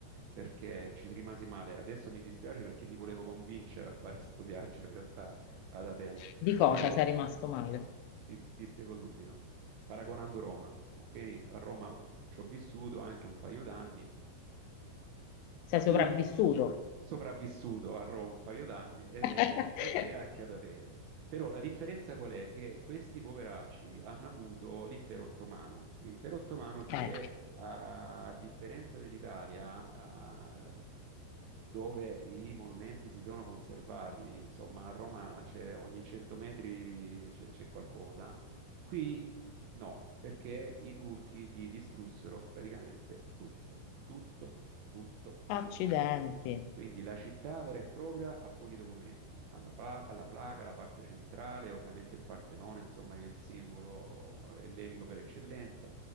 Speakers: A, on the right (about 80°); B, on the left (about 85°).
A: perché ci rimasi male. Adesso mi dispiace perché ti volevo convincere a fare <laughs> questo viaggio in realtà ad Atene,
B: Di cosa
A: però
B: sei rimasto male?
A: ti, ti spiego subito. Paragonando Roma, ok? A Roma ci ho vissuto anche un paio d'anni.
B: Sei
A: E
B: sopravvissuto?
A: sopravvissuto a Roma un paio d'anni e,
B: <laughs>
A: e- e anche ad Atene. Però la differenza qual è? Che questi poveracci hanno avuto l'impero ottomano, l'impero ottomano che
B: Eh,
A: a differenza dell'Italia, a- dove i monumenti si sono conservati, insomma a Roma c'è ogni 100 metri c'è c'è qualcosa, qui no, perché i turchi gli distrussero praticamente tutto, tutto, tutto, tutto.
B: accidenti,
A: Quindi la città vera e propria ha pochi documenti, alla, pla- alla placa, la parte centrale, ovviamente il Partenone, insomma, che è il simbolo eh, ellenico per eccellenza,